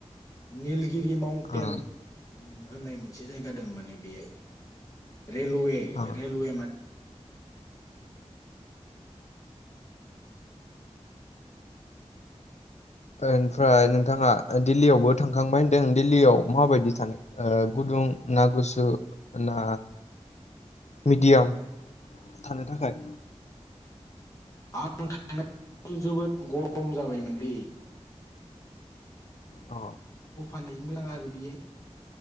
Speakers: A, on the left; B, on the left.
A: निलगिरि माव टेन
B: ओ
A: होननाय मोनसे जाया माने बेहाय, रेलवे
B: ओ
A: रेलवे मा
B: ओमफ्राय नोंथाङा दिल्लीयावबो थांखांबाय होनदों दिल्लीयाव माबायदि थानो? ओह गुदुं ना गुसु ना मिडियाम थानो थाखाय?
A: आं <unintelligible> जोबोद गरम जाबायमोनलै।
B: अ।
A: अफान मोजां आरो बेयो।